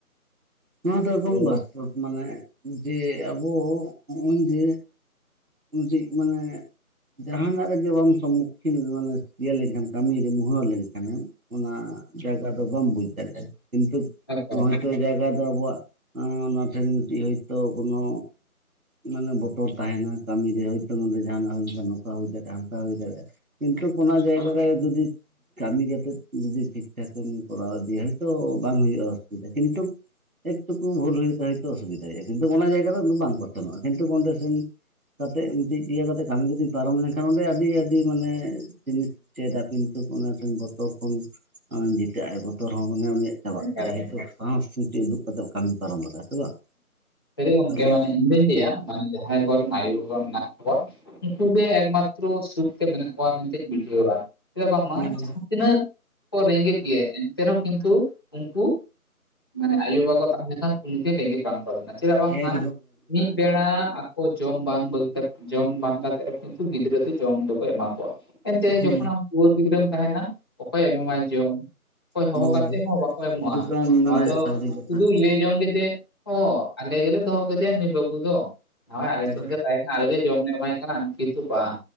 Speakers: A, on the right; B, on the left.
A: ᱱᱚᱣᱟ ᱫᱚ ᱮᱠᱫᱚᱢ
B: ᱚ
A: ᱵᱟᱥᱛᱚᱵᱽ ᱢᱟᱱᱮ ᱡᱮ ᱟᱵᱚ ᱦᱚᱸᱜᱼᱚᱭ ᱡᱮ ᱡᱮ ᱢᱟᱱᱮ ᱡᱟᱦᱟᱸᱱᱟᱜ ᱨᱮᱜᱮ ᱵᱟᱢ ᱥᱚᱢᱢᱩᱠᱷᱤᱱ ᱢᱟᱱᱮ ᱤᱭᱟᱹ ᱞᱮᱱᱠᱷᱟᱱ ᱠᱟᱹᱢᱤ ᱨᱮ ᱢᱩᱦᱟᱹ ᱞᱮᱱ ᱠᱷᱟᱱᱮᱢ ᱚᱱᱟ ᱡᱟᱭᱜᱟ ᱫᱚ ᱵᱟᱢ ᱵᱩᱡᱽ ᱫᱟᱲᱮᱭᱟᱜᱼᱟ ᱠᱤᱱᱛᱩ
B: ᱮᱠᱟᱞ
A: ᱦᱚᱭᱛᱳ
B: ᱦᱳᱭ
A: ᱡᱟᱭᱜᱟ ᱫᱚ ᱟᱵᱚᱣᱟᱜ ᱚᱱᱟ ᱴᱷᱮᱱ ᱢᱤᱫᱴᱤᱡ ᱦᱚᱳᱭᱛᱚ ᱠᱳᱱᱳ ᱢᱟᱱᱮ ᱵᱚᱛᱚᱨ ᱛᱟᱦᱮᱸᱱᱟ ᱠᱟᱹᱢᱤ ᱨᱮ ᱦᱚᱭᱛᱳ ᱱᱚᱰᱮ ᱡᱟᱦᱟᱸᱱᱟᱜ ᱦᱩᱭ ᱞᱮᱠᱷᱟᱱ ᱱᱚᱝᱠᱟ ᱦᱩᱭ ᱫᱟᱲᱮᱭᱟᱜᱼᱟ ᱚᱱᱠᱟ ᱦᱩᱭ ᱫᱟᱲᱮᱭᱟᱜᱼᱟ ᱠᱤᱱᱛᱩ ᱠᱚᱱᱚ ᱡᱟᱭᱜᱟ ᱨᱮ ᱡᱩᱫᱤ ᱠᱟᱹᱢᱤ ᱠᱟᱛᱮᱫ ᱡᱩᱫᱤ ᱴᱷᱤᱠ ᱴᱷᱟᱠ ᱮᱢ ᱠᱚᱨᱟᱣ ᱤᱫᱤᱭᱟ ᱦᱚᱭᱛᱚ ᱵᱟᱝ ᱦᱩᱭᱩᱜᱼᱟ ᱚᱥᱩᱵᱤᱫᱷᱟ ᱠᱤᱱᱛᱩ ᱮᱠ ᱴᱩᱠᱩ ᱵᱷᱩᱞ ᱦᱩᱭ ᱛᱮ ᱦᱳᱭ ᱛᱚ ᱚᱥᱩᱤᱫᱟ ᱦᱩᱭᱩᱜᱼᱟ ᱠᱤᱱᱛᱩ ᱚᱱᱟ ᱡᱟᱭᱜᱟ ᱨᱮ ᱵᱟᱝᱠᱚ ᱥᱮᱱᱚᱜᱼᱟ ᱠᱤᱱᱛᱩ ᱚᱸᱰᱮ ᱥᱮᱱ ᱠᱟᱛᱮᱫ ᱢᱤᱫᱴᱮᱱ ᱤᱭᱟᱹ ᱠᱟᱛᱮᱮᱫ ᱠᱟᱹᱢᱤ ᱠᱟᱛᱮ ᱠᱟᱛᱮᱧ ᱯᱟᱨᱚᱢ ᱞᱮᱱᱠᱷᱟᱱ ᱚᱸᱰᱮ ᱟᱹᱰᱤ ᱟᱹᱰᱤ ᱢᱟᱱᱮ ᱡᱤᱱᱤᱥ ᱪᱮᱫᱟ ᱠᱤᱱᱛᱩ ᱚᱱᱟᱴᱮᱱ ᱵᱚᱛᱚᱨ ᱠᱷᱚᱱ ᱡᱤᱛᱟᱹᱜ ᱟᱭ ᱵᱚᱛᱚᱨ ᱦᱚᱸ ᱢᱟᱱᱮ ᱩᱱᱤᱭᱟᱜ ᱪᱟᱵᱟᱜ
B: ᱮᱠᱟᱞ
A: ᱛᱟᱭᱟ
B: ᱮᱠᱟᱞ
A: ᱦᱚᱭᱛᱳ ᱥᱟᱥ ᱥᱩᱴᱤ ᱩᱫᱩᱜ ᱠᱟᱛᱮ ᱠᱟᱹᱢᱤ ᱯᱟᱨᱚᱢ ᱞᱮᱠᱟ ᱥᱮ ᱵᱟᱝ
B: ᱥᱟᱹᱨᱤ ᱜᱚᱝᱠᱮ
A: ᱛᱟᱦᱚᱞᱮ
B: ᱢᱟᱱᱮ ᱤᱧ ᱫᱩᱧ ᱞᱟᱹᱭᱟ ᱢᱟᱱᱮ ᱡᱟᱦᱟᱸᱭ ᱠᱚᱨᱮ ᱟᱭᱳ ᱵᱟᱵᱟ ᱢᱮᱱᱟᱜ ᱠᱚᱣᱟ ᱩᱱᱠᱩ ᱜᱮ ᱮᱠᱢᱟᱛᱨᱚ ᱥᱩᱠᱛᱮ ᱢᱮᱱᱟᱜ ᱠᱚᱣᱟ ᱢᱮᱱ ᱛᱤᱧ ᱵᱩᱡᱷᱟᱹᱣᱟ ᱪᱮᱫᱟᱜ ᱵᱟᱝᱢᱟ
A: ᱮᱠᱫᱚᱢ
B: ᱡᱟᱦᱟᱸ
A: ᱮᱠᱫᱚᱢ
B: ᱛᱤᱱᱟᱹᱜ ᱠᱚ ᱨᱮᱸᱜᱮᱡ ᱜᱮᱭᱟ ᱮᱱᱛᱮ ᱨᱮᱦᱚᱸ ᱠᱤᱱᱛᱩ ᱩᱱᱠᱩ ᱢᱟᱱᱮ ᱟᱭᱳᱼᱵᱟᱵᱟ ᱛᱟᱦᱮᱸ ᱞᱮᱱᱠᱷᱟᱱ ᱫᱤᱱ ᱨᱮᱸᱜᱮᱡ ᱵᱟᱝ ᱛᱚᱞ ᱞᱮᱱᱟ ᱪᱮᱫᱟᱜ ᱵᱟᱝᱢᱟ
A: ᱦᱮᱸ
B: ᱢᱤᱫ ᱵᱮᱲᱟ ᱡᱚᱢ ᱵᱟᱝ ᱫᱚᱨᱠᱟᱨ ᱠ ᱡᱚᱢ ᱵᱟᱝ ᱠᱟᱛᱮᱫ ᱨᱮ ᱦᱚᱸ ᱠᱤᱱᱛᱩ ᱜᱤᱫᱽᱨᱟᱹ ᱫᱚ ᱡᱚᱢ ᱫᱚᱠᱚ ᱮᱢᱟ ᱠᱚᱣᱟ ᱮᱱᱛᱮᱫ
A: ᱦᱩᱸ
B: ᱡᱚᱠᱷᱚᱱ ᱟᱢ ᱴᱩᱣᱟᱹᱨ ᱜᱤᱫᱽᱨᱟᱹᱢ ᱛᱟᱦᱮᱸᱱᱟ ᱚᱠᱚᱭᱮ ᱮᱢᱟᱢᱟ ᱡᱚᱢ ᱚᱠᱚᱭ ᱦᱚᱦᱚ
A: ᱦᱩᱸ
B: ᱠᱟᱛᱮᱫ ᱦᱚᱸ ᱵᱟᱠᱚ ᱮᱢᱚᱜᱼᱟ
A: ᱦᱩᱸ ᱮᱠᱫᱚᱢ
B: ᱱᱚᱣᱟ
A: ᱢᱟᱱᱮ
B: ᱫᱚ
A: ᱥᱟᱹᱨᱤ ᱠᱟᱛᱷᱟ
B: ᱥᱩᱫᱩ ᱞᱟᱹᱭ ᱡᱚᱝ ᱜᱮ ᱡᱮ ᱚ ᱟᱞᱮ ᱜᱮᱞᱮ ᱫᱚᱦᱚ ᱠᱟᱫᱮᱭᱟ ᱱᱩᱭ ᱵᱟᱹᱵᱩ ᱫᱚ ᱱᱚᱜᱼᱚᱭ ᱟᱞᱮ
A: ᱦᱩᱸ
B: ᱴᱷᱮᱱ ᱜᱮ ᱛᱟᱦᱮᱸ ᱟᱞᱜᱮ ᱡᱚᱢ ᱞᱮ ᱮᱢᱟᱭ ᱠᱟᱱᱟ ᱠᱤᱱᱛᱩ ᱵᱟᱝ